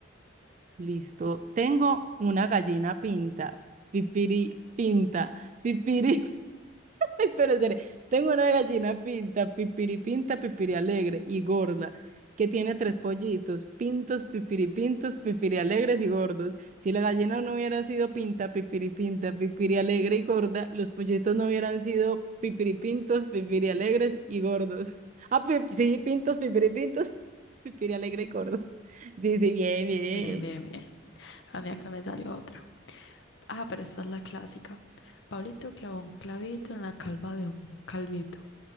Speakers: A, on the right; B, on the left.
A: Listo. Tengo una gallina pinta. Pipiri pinta. Pipiri. <laughs> Espera, espera. Tengo una gallina pinta, pipiri pinta, pipiri alegre y gorda, que tiene tres pollitos, pintos, pipiri pintos, pipiri alegres y gordos. Si la gallina no hubiera sido pinta, pipiri pinta, pipiri alegre y gorda, los pollitos no hubieran sido pipiri pintos, pipiri alegres y gordos. <laughs> Ah, pip- sí, pintos, pipiri pintos, <laughs> pipiri alegre y gordos. Sí, sí, bien, bien.
B: Bien, bien, bien. A mí acá me salió otra. Ah, pero esta es la clásica. Pablito clavó un clavito en la calva de un calvito.